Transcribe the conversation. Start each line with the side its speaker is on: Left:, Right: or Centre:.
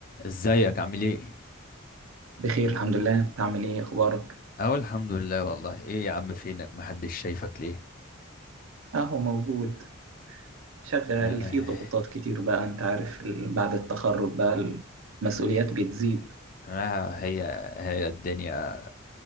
Left: ازيك عامل ايه؟
Right: بخير الحمد لله انت عامل ايه اخبارك
Left: اهو الحمد لله والله ايه يا عم فينك محدش شايفك ليه؟
Right: اهو موجود شغال
Left: آه،
Right: في ضغوطات كتير بقى انت عارف ال- بعد التخرج بقى المسؤوليات بتزيد
Left: انا هي هي الدنيا